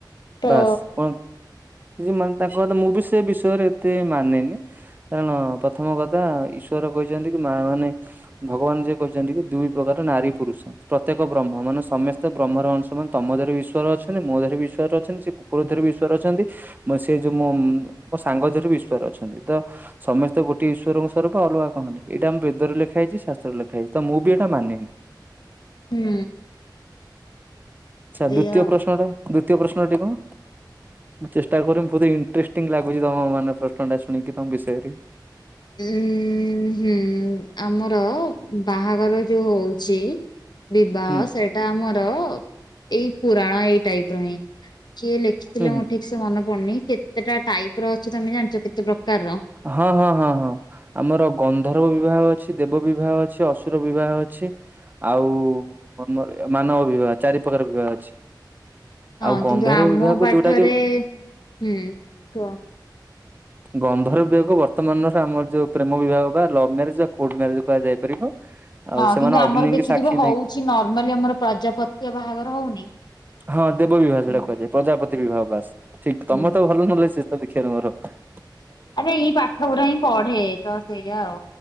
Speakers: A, on the left (about 65°); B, on the right (about 25°).
A: ତ
B: ବାସ୍, କଣ କିଛି ମାନେ ତାଙ୍କ କଥା ମୁଁ ବି ସେ ବିଷୟରେ ଏତେ ମାନେନି କାରଣ ପ୍ରଥମ କଥା ଈଶ୍ୱର କହିଚନ୍ତି କି, ମା ମାନେ ଭଗବାନ ଯିଏ କହିଛନ୍ତି କି, ଦୁଇ ପ୍ରକାର ନାରୀ ପୁରୁଷ ପ୍ରତ୍ୟେକ ବ୍ରହ୍ମ, ମାନେ ସମସ୍ତେ ବ୍ରହ୍ମର ଅଂଶ ମାନ, ତମ ଧରି ଇଶ୍ଵର ଅଛନ୍ତି, ମୋ ଧରେ ବିଶ୍ୱର ଅଛନ୍ତି, ସେ କୁକୁର ଦିହରେ ବି ଈଶ୍ୱର ଅଛନ୍ତି, ମ ସେ ଯୋଉ ମ ମୋ ସାଙ୍ଗ ଦିହରେ ବି ଈଶ୍ଵାର ଅଛନ୍ତି, ତ ସମେସ୍ତେ ଗୋଟଏ ଈଶ୍ୱରଙ୍କ ସ୍ଵରୂପ, ଅଲଗା କଣ ହେଲେ? ଏଇଟା ଆମ ବେଦରେ ଲେଖାହେଇଛି, ଶାସ୍ତ୍ରରେ ଲେଖା ହେଇଛି, ତ ମୁଁ ବି ଏଇଟା ମାନେନି।
A: ହୁଁ।
B: ଆଛା, ଦ୍ଵିତୀୟ
A: ଏଇଆ ଆଉ।
B: ପ୍ରଶ୍ନ ଟା, ଦ୍ଵିତୀୟ ପ୍ରଶ୍ନଟି କଣ? ମୁଁ ଚେଷ୍ଟା କରିବି, ବହୁତ ଇଣ୍ଟରେଷ୍ଟିଂ ଲାଗୁଚି, ତମ ମାନେ ପ୍ରଶ୍ନଟା ଶୁଣିକି ତମ ବିଷୟରେ।
A: ଉଁ ହୁଁ, ଆମର ବା ବାହାଘର ଯୋଉ ହଉଛି, ବିବାହ
B: ହୁଁ।
A: ସେଟା ଏଟା ଆମର ଏଇ ପୁରାଣ ଏଇ ଟାଇପ ର ହିଁ, କିଏ ଲେଖିଥିଲେ
B: ହୁଁ ହୁଁ
A: ମୁଁ ଠିକ୍ ସେ ମନେ ପଡୁନି, କେତେ ଟା ଟାଇପ ର ଅଛି, ତମେ ଜାଣିଛ? କେତେ ପ୍ରକାରର?
B: ହଁ ହଁ ହଁ ହଁ। ଆମର ଗନ୍ଧର୍ବ ବିବାହ ଅଛି, ଦେବ ବିବାହ ଅଛି, ଅସୁର ବିବାହ ଅଛି। ଆଉ ମର ମାନବ ବିବାହ, ଚାରି ପ୍ରକାର ବିବାହ ଅଛି।
A: ହଁ,
B: ଆଉ ଗନ୍ଧର୍ବ
A: କିନ୍ତୁ ଆମ
B: ବିବାହକୁ
A: ପାଠରେ,
B: ଯୋଉଟା କି
A: ହୁଁ କୁହ?
B: ଗନ୍ଧର୍ବ ବିବାହକୁ ବର୍ତ୍ତମାନର ଆମର ସେ ଯୋଉ ପ୍ରେମ ବିବାହ ପା, ଲଭ୍ ମ୍ୟାରେଜ ଆଉ କୋର୍ଟ ମ୍ୟାରେଜ କୁହାଯାଇ ପାରିବ। <unintelligible>
A: ହଁ, କିନ୍ତୁ ଆମର
B: ଅଗ୍ନିକି
A: ଦେଖିଥିବ,
B: ସାକ୍ଷୀ
A: ହଉଚି
B: ନେଇ
A: ନର୍ମାଲି ଆମର ପ୍ରଜାପତ୍ୟ ବାହାଘର ହଉନି?
B: ହଁ ଦେବବିବାହ
A: ହୁଁ
B: ସେଇଟା କୁହାଯାଏ, ପ୍ରଜାପତି ବିବାହ, ବାସ୍ ଠିକ୍,
A: ହୁଁ
B: ତମେ ତ ଭଲ, ନହଲେ <unintelligible> ଦେଖିବା <unintelligible>
A: ଆରେ ଏଇ ପାଠ ଗୁଡା ହିଁ ପଢେ, ତ ସେଇଆ ଆଉ,